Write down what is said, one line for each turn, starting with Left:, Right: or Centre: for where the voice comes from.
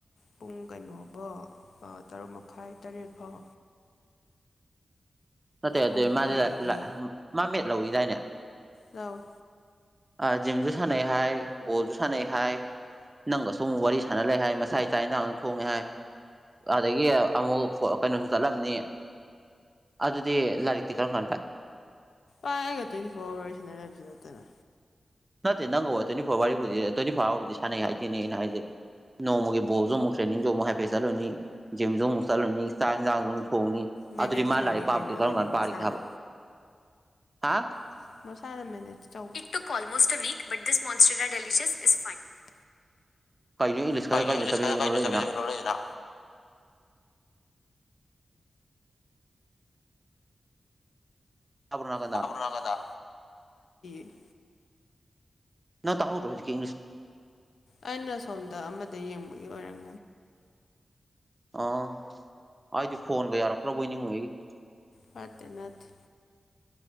Left: ꯄꯨꯡ ꯀꯩꯅꯣꯐꯣ ꯇꯔꯨꯛ ꯃꯈꯥꯏ ꯇꯔꯦꯠ ꯐꯥꯎ
Right: ꯅꯠꯇꯦ ꯑꯗꯨ
Left: ꯄꯨꯡ ꯃꯉꯥꯗꯒꯤ
Right: ꯃꯥꯗꯤ ꯃꯥ ꯃꯦꯠ ꯂꯧꯏꯤꯗꯥꯏꯅꯦ
Left: ꯂꯧ ꯏ
Right: ꯑ ꯖꯤꯝꯁꯨ ꯁꯥꯟꯅꯩ ꯍꯥꯏ ꯕꯣꯜꯁꯨ ꯁꯅꯩ ꯍꯥꯏ ꯅꯪꯒ ꯁꯨꯝ ꯋꯥꯔꯤ ꯁꯥꯟꯅ ꯂꯩ ꯍꯥꯏ ꯃꯁꯥ ꯏꯆꯥ ꯏꯟꯁꯥꯡꯅ ꯊꯣꯡꯉꯦ ꯍꯥꯏ ꯑꯗꯒꯤ ꯑꯃꯨꯛ ꯀꯩꯅꯣꯁꯨ ꯆꯠꯂꯝꯅꯤ ꯑꯗꯨꯗꯤ ꯂꯥꯏꯔꯤꯛꯇꯤ ꯀꯔꯝꯀꯥꯜ ꯄꯥꯏ
Left: ꯥꯏ ꯑꯩꯒ ꯇ꯭ꯋꯦꯟꯇꯤ ꯐꯣꯔ ꯑꯋꯥꯔꯁꯤꯅ ꯂꯩꯕꯁꯨ ꯅꯠꯇꯅ
Right: ꯅꯠꯇꯦ ꯅꯪꯒ ꯋꯥ ꯇ꯭ꯋꯦꯟꯇꯤ ꯐꯣꯔ ꯋꯥꯔꯤꯔꯤꯕꯨꯗꯤ ꯇ꯭ꯋꯦꯟꯇꯤ ꯐꯣꯔ ꯑꯋꯥꯕꯨꯗꯤ ꯁꯥꯟꯅꯩ ꯍꯥꯏꯗꯦꯅꯦ ꯑꯩꯅ ꯍꯥꯏꯁꯦ ꯅꯣꯡꯃꯒꯤ ꯕꯣꯔꯁꯨ ꯑꯃꯨꯛ ꯇ꯭ꯔꯦꯅꯤꯡꯁꯨ ꯑꯃꯨꯛ ꯍꯥꯏꯐꯦꯠ ꯆꯠꯂꯨꯅꯤ ꯖꯤꯝꯁꯨ ꯑꯃꯨꯛ ꯆꯠꯂꯨꯅꯤ ꯆꯥꯛ ꯌꯦꯟꯁꯥꯡꯁꯨ ꯊꯣꯡꯅꯤ
Left: ꯃꯦꯅꯦꯖ
Right: ꯑꯗꯨꯗꯤ ꯃꯥ
Left: ꯇꯧꯔꯤꯅꯤ
Right: ꯂꯥꯏꯔꯤꯛ ꯄꯥꯕꯗꯤ
Left: ꯀꯩꯅꯣ
Right: ꯀꯔꯝ
Left: ꯑꯗꯨꯗꯤ
Right: ꯀꯥꯟ
Left: ꯃꯁꯥꯅ
Right: ꯄꯥꯔꯤꯒꯦ ꯍꯥꯏꯕ ꯍꯥ
Left: ꯐ <unintelligible> <inaudible>
Right: <unintelligible> ꯀꯩꯅꯣ ꯏꯪꯂꯤꯁꯀ
Left: ꯀꯩꯅꯣ ꯏꯪꯂꯤꯁ
Right: ꯆꯕꯦꯠ
Left: ꯀꯗꯣ
Right: ꯆꯕꯦꯠ ꯂꯣꯜꯂꯛꯏꯗꯨꯅ
Left: ꯆꯕꯦ ꯆꯕꯦ ꯂꯩꯜꯂꯛꯏꯗꯨꯅ
Right: ꯇꯥꯕ꯭ꯔꯣ ꯅꯥꯀꯟꯗ
Left: ꯀ ꯊꯥꯗ <unintelligible>
Right: ꯅꯪ ꯇꯥꯍꯧꯗ꯭ꯔꯣ ꯍꯧꯖꯤꯛꯀꯤ ꯏꯪꯂꯤꯁ
Left: ꯑꯩꯅ ꯁꯣꯝꯗ ꯑꯃꯗ ꯌꯦꯡꯕꯒꯤ ꯑꯣꯏꯔꯝ
Right: ꯑꯥ ꯑꯩꯗꯤ ꯐꯣꯟꯒ ꯌꯥꯔꯛꯇ꯭ꯔꯕꯣꯏ ꯅꯤꯡꯉ ꯑꯩꯒꯤ
Left: ꯅꯇꯦ ꯅꯇꯦ